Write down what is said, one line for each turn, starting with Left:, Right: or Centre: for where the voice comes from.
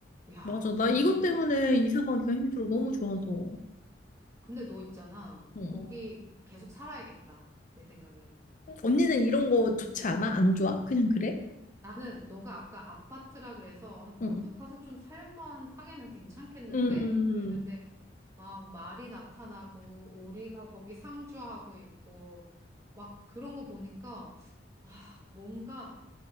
Right: 야,
Left: 맞아. 나 이것
Right: 정말.
Left: 때문에 이사 가기가 힘들어. 너무 좋아서.
Right: 근데 너 있잖아.
Left: 응.
Right: 거기 계속 살아야겠다. 내 생각에.
Left: 언니는 이런 거 좋지 않아? 안 좋아? 그냥 그래?
Right: 나는 너가 아까 아파트라 그래서, 어, 나도
Left: 응.
Right: 가서 좀 살만 하게는 괜찮겠는데?
Left: 음.
Right: 그랬는데, 막 말이 나타나고, 오리가 거기 상주하고 있고, 막 그런 거 보니까, 뭔가